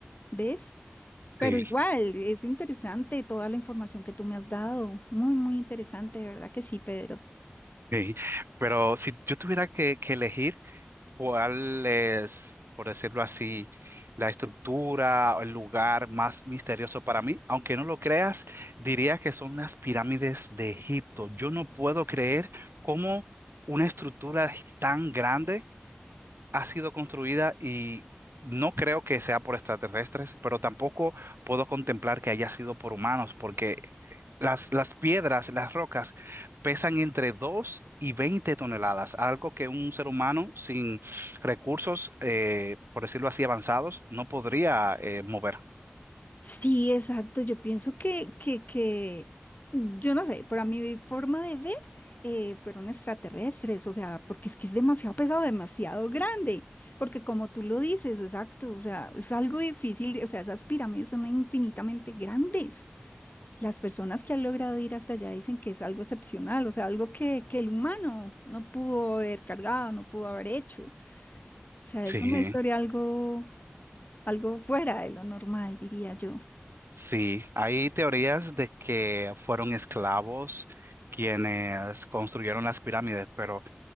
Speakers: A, on the left (about 45°); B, on the right (about 70°).
A: ¿ves? Pero
B: Sí,
A: igual, es interesante toda la información que tú me has dado. Muy, muy interesante, de verdad que sí, Pedro.
B: sí. Pero si yo tuviera que, que elegir... ¿Cuál es, por decirlo así, la estructura o el lugar más misterioso para mí? Aunque no lo creas, diría que son las pirámides de Egipto. Yo no puedo creer cómo una estructura tan grande ha sido construida y no creo que sea por extraterrestres, pero tampoco puedo contemplar que haya sido por humanos, porque las, las piedras, las rocas, pesan entre 2 y 20 toneladas, algo que un ser humano sin recursos, eh, por decirlo así, avanzados, no podría eh, mover.
A: Sí, exacto. Yo pienso que, que, que, yo no sé, para mi forma de ver, eh, fueron extraterrestres, o sea, porque es que es demasiado pesado, demasiado grande, porque como tú lo dices, exacto, o sea, es algo difícil, o sea, esas pirámides son infinitamente grandes. Las personas que han logrado ir hasta allá dicen que es algo excepcional, o sea, algo que, que el humano no pudo haber cargado, no pudo haber hecho. O sea,
B: Sí,
A: es una historia algo, algo fuera de lo normal, diría yo.
B: sí, hay teorías de que fueron esclavos quienes construyeron las pirámides, pero